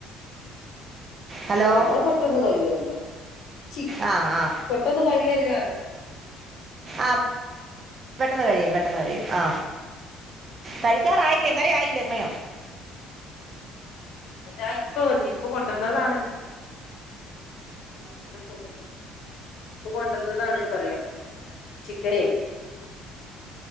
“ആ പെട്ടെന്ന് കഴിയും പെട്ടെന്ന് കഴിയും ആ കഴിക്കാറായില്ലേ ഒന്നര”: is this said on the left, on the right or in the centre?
Right